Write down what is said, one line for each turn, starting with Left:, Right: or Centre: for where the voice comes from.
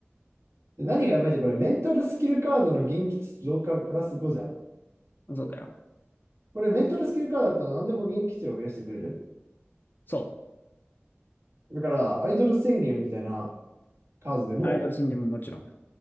Right: で何がやばいって、これメンタルスキルカードの元気値増加プラス5じゃん。
Left: そうだよ。
Right: これメンタルスキルカードだったら何でも元気値を増やしてくれる。
Left: そ
Right: だから、アイドル宣言みたいなカードでも、
Left: う。アイドル宣言ももちろん。